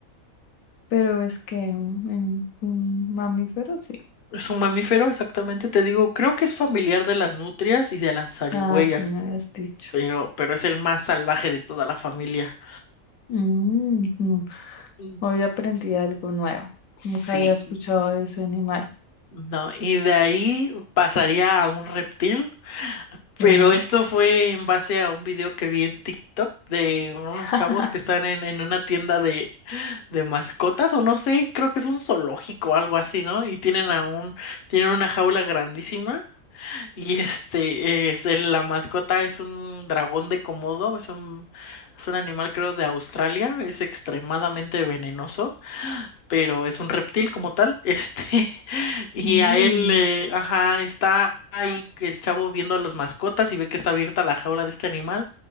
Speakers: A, on the left; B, on the left.
A: Pero es que un, en- un mamífero, sí.
B: Es un mamífero, exactamente, te digo, creo que es familiar de las nutrias y de las zarigüeyas,
A: Ah, sí, me habías dicho.
B: pero, pero es el más salvaje de toda la familia.
A: Mm, mm.
B: Ujú.
A: Hoy aprendí algo nuevo.
B: Sí,
A: Nunca había escuchado de ese animal.
B: No, y de ahí pasaría a un reptil,
A: Sí.
B: pero esto fue en base a un video que vi en TikTok de unos
A: <laughs>
B: chavos que están en, en una tienda de, de mascotas, o no sé, creo que es un zoológico o algo así, ¿no? Y tienen a un, tienen una jaula grandísima, y <laughs> este es el- la mascota es un dragón de Komodo, es un, es un animal creo de Australia, es extremadamente venenoso pero es un reptil como tal, este, <laughs> y
A: Uy,
B: a él, eh, ajá, está ahí el chavo viendo a las mascotas y ve que está abierta la jaula de este animal